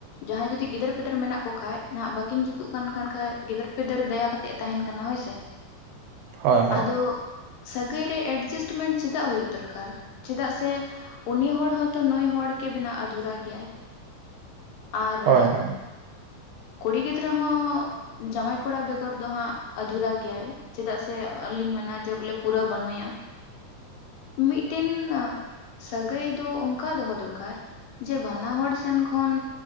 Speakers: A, on the left; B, on the right.
A: ᱡᱟᱦᱟᱸᱭ ᱡᱩᱫᱤ ᱜᱤᱫᱟᱹᱨ ᱯᱤᱫᱟᱹᱨ ᱢᱮᱱᱟᱜ ᱠᱚ ᱠᱷᱟᱱ ᱱᱟᱦᱟᱜ ᱵᱟᱹᱠᱤᱱ ᱡᱩᱛᱩᱜ ᱠᱟᱱ ᱠᱟᱱ ᱠᱷᱟᱡ ᱜᱤᱫᱟᱹᱨ ᱯᱤᱫᱟᱹᱨ ᱫᱟᱭᱟ ᱠᱟ ᱠᱟᱛᱮᱜ ᱮ ᱛᱟᱦᱮᱱ ᱠᱟᱱᱟ ᱦᱳᱭ ᱥᱮ
B: ᱦᱳᱭ ᱦᱳᱭ ᱦᱳᱭ
A: ᱟᱫᱚ ᱥᱟᱹᱜᱟᱹᱭ ᱨᱮ ᱮᱰᱡᱟᱥᱴᱢᱮᱱᱴ ᱪᱮᱫᱟᱜ ᱦᱩᱭᱩᱜ ᱫᱚᱨᱠᱟᱨ ᱪᱮᱫᱟᱜ ᱥᱮ ᱩᱱᱤ ᱦᱚᱲ ᱦᱚᱸᱛᱚ ᱱᱩᱭ ᱦᱚᱲ ᱜᱮ ᱵᱮᱱᱟᱜᱣ ᱟᱫᱷᱩᱨᱟ ᱜᱮᱭᱟᱭ ᱟᱨ
B: ᱦᱳᱭ <inaudible>
A: ᱠᱩᱲᱤ ᱜᱤᱫᱽᱨᱟᱹ ᱦᱚᱸ ᱡᱟᱶᱟᱭ ᱠᱚᱲᱟ ᱵᱮᱜᱚᱨ ᱫᱚ ᱦᱟᱸᱜ ᱟᱫᱷᱩᱨᱟ ᱜᱮᱭᱟᱭ ᱪᱮᱫᱟᱜ ᱥᱮ ᱟᱹᱞᱤᱧ ᱢᱮᱱᱟ ᱡᱮ ᱵᱚᱞᱮ ᱯᱩᱨᱟᱹ ᱵᱟᱹᱱᱩᱭᱟ
B: <inaudible>
A: ᱢᱤᱫᱴᱮᱱ ᱥᱟᱹᱜᱟᱹᱭ ᱫᱚ ᱚᱱᱠᱟ ᱫᱚᱦᱚ ᱫᱚᱨᱠᱟᱨ ᱡᱮ ᱵᱟᱱᱟ ᱦᱚᱲ ᱥᱮᱱ ᱠᱷᱚᱱ